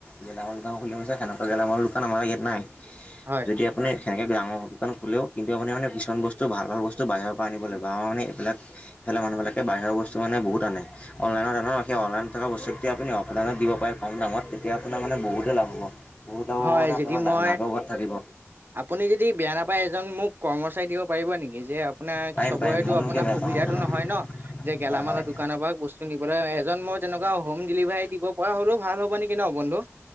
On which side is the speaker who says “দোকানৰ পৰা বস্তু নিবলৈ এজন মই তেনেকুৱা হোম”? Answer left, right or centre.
Right